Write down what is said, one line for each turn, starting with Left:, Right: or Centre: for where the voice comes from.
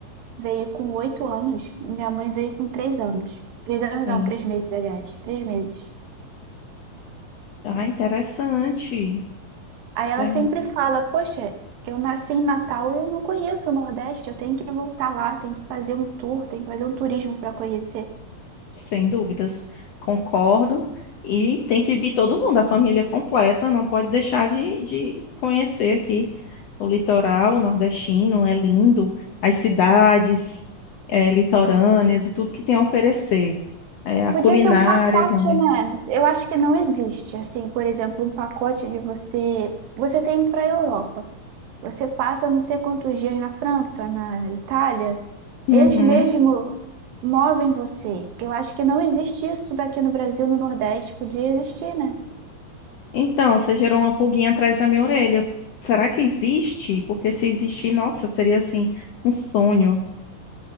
Right: veio com oito anos, minha mãe veio com três anos. Três anos não,
Left: sim.
Right: três meses, aliás. Três meses.
Left: Ah, interessante.
Right: Aí ela
Left: Bem,
Right: sempre fala: Poxa, eu nasci em Natal e eu não conheço o Nordeste, eu tenho que voltar lá, tenho que fazer um tour, tenho que fazer um turismo para conhecer.
Left: Sem dúvidas, concordo. E tem que vir todo mundo, a família completa, não pode deixar de, de conhecer aqui o litoral nordestino, é lindo, as cidades eh, litorâneas e tudo que tem a oferecer. Eh, a
Right: Podia
Left: culinária
Right: ter um pacote,
Left: também.
Right: né? Eu acho que não existe, assim, por exemplo, um pacote de você. Você tem para a Europa, você passa não sei quantos dias na França, na Itália,
Left: Uhum.
Right: eles mesmo movem você. Eu acho que não existe isso daqui no Brasil, no Nordeste, podia existir, né?
Left: Então, você gerou uma pulguinha atrás da minha orelha. Será que existe? Porque se existir, nossa, seria assim, um sonho.